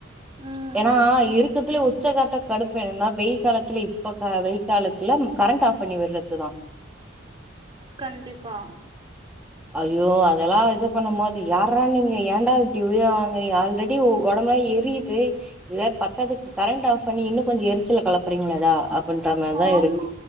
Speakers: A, on the right; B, in the centre.
A: ம்
B: ஏன்னா இருக்கத்துல உச்சகட்ட கடுப்பு என்னன்னா வெய் காலத்துல இப்ப வெய் காலத்துல கரண்ட் ஆஃப் பண்ணி விடுறதுதா
A: கண்டிப்பா
B: ஐயோ அதெல்லா இது பண்ணும்போது யாரா நீங்க ஏன்டா இப்டி உயிர வாங்கறிங்க ஆல்ரெடி இப்யு ஒடம்பெலா எரியுது இது வேற பத்தாதுக்கு கரண்ட் ஆஃப் பண்ணி இன்னு கொஞ்ச எரிச்சல கெளப்பறிங்ளேடா அப்பின்ற மார்தா
A: ஆமா
B: இருக்கு